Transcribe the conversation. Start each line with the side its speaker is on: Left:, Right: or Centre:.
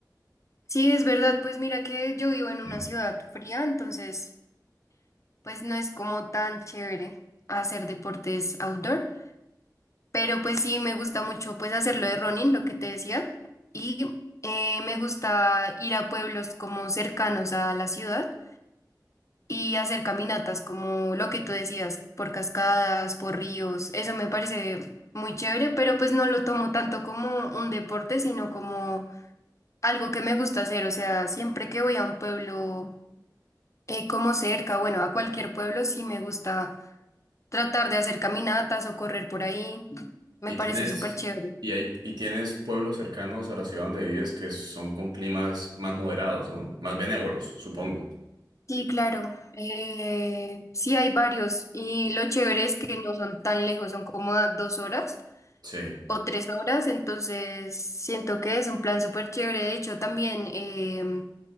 Left: Sí, es verdad, pues mira que yo vivo en una
Right: Sí.
Left: ciudad fría, entonces pues no es como tan chévere hacer deportes outdoor. Pero pues sí, me gusta mucho pues hacerlo de running, lo que te decía. Y eh, me gusta ir a pueblos como cercanos a la ciudad y hacer caminatas como lo que tú decías, por cascadas, por ríos. Eso me parece muy chévere, pero pues no lo tomo tanto como un deporte, sino como algo que me gusta hacer. O sea, siempre que voy a un pueblo eh, como cerca, bueno, a cualquier pueblo, sí me gusta tratar de hacer caminatas o correr por ahí. Me
Right: Y
Left: parece
Right: tienes,
Left: súper chévere.
Right: y hay, y tienes pueblos cercanos a la ciudad donde vives que son con climas más moderados, ¿no? Más benévolos, supongo.
Left: Sí, claro. Eh, sí, hay varios. Y lo chévere es que no son tan lejos, son como a dos horas
Right: Sí,
Left: o tres horas. Entonces, siento que es un plan súper chévere. De hecho, también em,